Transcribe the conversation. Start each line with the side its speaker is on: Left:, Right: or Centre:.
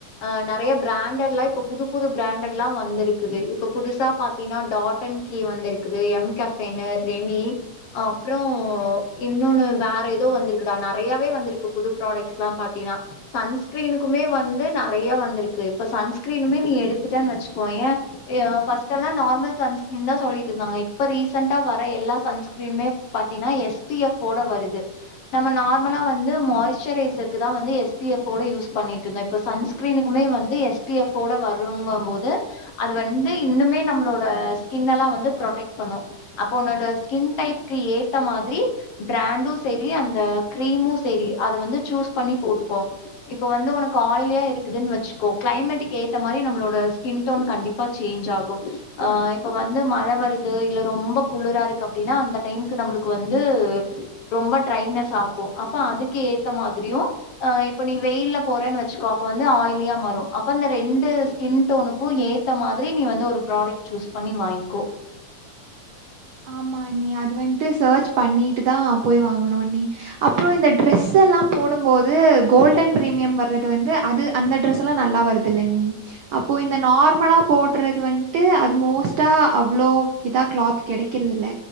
Left: ஆ நெறையா பிராண்டட்லா இப்ப புது புது பிராண்டட்லா வந்துருக்குது இப்ப புதுசா பா பத்தினா டாட்டன் கி வந்திருக்குது எம் கஃபைனர் ரெனி அப்றோ இன்னோன்னு வேற எதோ வந்திருக்குடா நெறையாவே வந்திருக்கு புது ப்ராடக்ட்ஸ்ல்லா பாத்தீனா சன்ஸ்கிரீனுக்குமே வந்து நெறையா வந்துருக்கு இப்ப சன்ஸ்கிரீனுமே நீ எடுத்துட்டேன் வச்சுக்கோயே ஏ ஃபஸ்ட்டல்லா நார்மல் சன்ஸ்கிரீன் தா சொல்லிட்டு இருந்தாங்க இப் இப்ப ரீசண்டா வர எல்லா சன்ஸ்கிரீனுமே பாத்தீனா எஸ் டி எஃப்ஃபோட வருது நம்ம நார்மலா வந்து மாய்ஸ்டரைசர்க்கு தா வந்து எஸ் பி எஃப் ஓட யூஸ் பண்ணிட்டு இருந்தோ இப்ப சன்ஸ்கிரீனுக்குமே வந்து எஸ் பி எஃப் ஓட வருங்கம் போது அது வந்து இன்னுமே நம்மளோட ஸ்கினல்லா வந்து ப்ரொடெக்ட் பண்ணு அப்ப ஒன்னோட ஸ்கின் டைப்க்கு ஏத்த மாதிரி பிராண்டு சரி அந்த கிரீமு சரி அத வந்து சூஸ் பண்ணி போட்டுக்கோ இப்ப வந்து ஒனக்கு ஆய்லியா இருக்குதுன் வச்சுக்கோ கிளைமேட்க்கு ஏத்த மாரி நம்மளோட ஸ்கின் டோன் கண்டிப் ப்பா சேஞ்ச் ஆகு ஆ இப்ப வந்து மழ வரு து இல்ல ரொம்ப குளுரா இருக்கு அப்டின்னா அந்த டைம்க்கு நம்மளுக்கு வந்து ரொம்ப டிரைனஸ் ஆக்கு அப்ப அதுக்கு ஏத்த மாதிரியு அ இப்ப நீ வெயில்ல போறேன்னு வச்சுக்கோ அப்ப வந்து ஆய்லியா மாறு அப்ப அந்த ரெண்டு ஸ்கின் டோனுக்கு ஏத்த மாதிரி நீ வந்து ஒரு ப்ராடக்ட் சூஸ் பண்ணி வாங்க்கோ
Right: ஆமா அண்ணி அது வன்ட்டு சர்ச் பண்ணிட்டு தா போய் வாங்கனு அண்ணி அப்பறோ இந்த டிரெஸ்ஸல்லா போடம் போது கோல்டன் பிரீமியம் வர்றது வந்து அது அந்த டிரஸ்ஸல்லா நல்லா வருதுல்லண்ணி அப்போ இந்த நார்மலா போட்றது வன்ட்டு அது மோஸ்ட்டா அவ்வளோ இதா கிளாத் கெடைக்கிறதில்ல